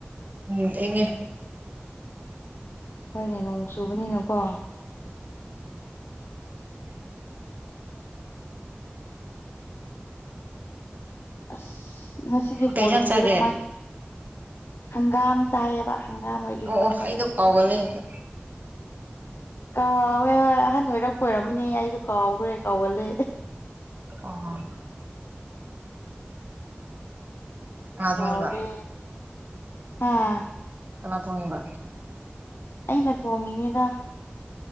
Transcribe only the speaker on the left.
ꯍꯣꯏꯅꯦ ꯅꯣꯡ ꯆꯨꯕꯅꯤꯅꯀꯣ ꯑꯁ ꯉꯁꯤꯗꯤ
ꯕꯣꯜ
ꯌꯦꯡꯗꯣꯏꯔ
ꯀꯃꯥꯏ ꯍꯪꯒꯥꯝ ꯆꯥꯏꯌꯦꯕ ꯍꯪꯒꯥꯝꯒ ꯏꯔꯣꯟꯕꯒ
ꯀꯥꯎꯋꯦ ꯍꯣꯏ ꯑꯍꯟ ꯑꯣꯏꯔꯞꯄ ꯑꯣꯏꯔꯝꯃꯅꯦ ꯑꯩꯁꯨ ꯀꯥꯎꯈ꯭ꯔꯦ ꯀꯥꯎꯒꯜꯂꯦ
ꯀꯥꯎꯔꯦ
ꯍꯥꯥ
ꯑꯩꯅ ꯊꯣꯡꯉꯤꯅꯦꯗ